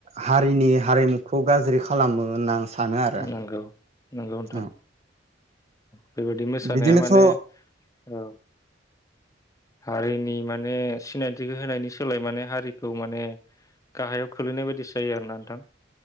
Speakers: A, on the right; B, on the left.
A: हारिनि हारिमुखौ गाज्रि खालामो होनना सानो आरो
B: नोंगौ नोंगौ नोंथां
A: औ
B: बे बिदि मोसानाया
A: बिदिनोथ'
B: माने
A: औ
B: औ हारिनि माने सिनायथिखौ होनायनि सोलाय माने हारिखौ माने गाहायाव खोलैनाय बायदिसो जायो आरोना नोंथां ।